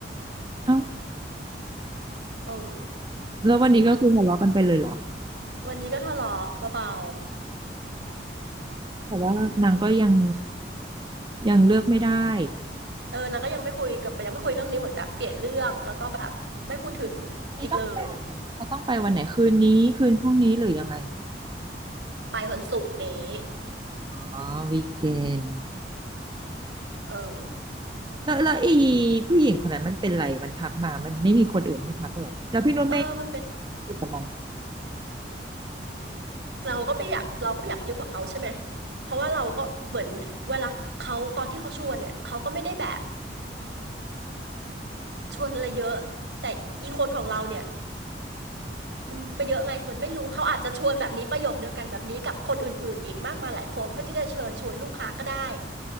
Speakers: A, on the right (about 25°); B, on the right (about 80°).
A: เอ้า
B: เออ
A: แล้ววันนี้ก็คือทะเลาะกันไปเลยเหรอ
B: วันนี้ก็ทะเลาะเบา
A: แต่ว่านางก็ยังยังเลือกไม่ได้
B: ๆเออนางก็ยังไม่คุยกับยังไม่คุยเรื่องนี้เหมือนแบบเปลี่ยนเรื่องแล้วก็แบบไม่พูดถึง
A: นี่ต้องไปวันไหนเขาต้องไปวันไหนคืนนี้คืนพรุ่งนี้หรือยังไง
B: อีกเลยไปวันศุกร์นี้
A: อ๋อวีเกน
B: เออ
A: แล้วแล้วไอ้ผู้หญิงคนนั้นมันเป็นไรมันทักมามันไม่มีคนอื่นให้ทักหรอกแล้วพี่นุชไม่
B: เออมันเป็น
A: คุยกับมัน
B: เราก็ไม่อยากเราก็ไม่อยากไปยุ่งกับเขาใช่ไหมเพราะว่าเราก็เหมือนเวลาเขาตอนที่เขาชวนเนี่ยเขาก็ไม่ได้แบบชวนอะไรเยอะแต่อีคนของเราเนี่ย มันไปเยอะไงมันไม่รู้เขาอาจจะชวนแบบนี้ประโยคเดียวกันแบบนี้กับคนอื่นๆอีกมากมายหลายคนเพื่อที่จะเชิญชวนลูกค้าก็ได้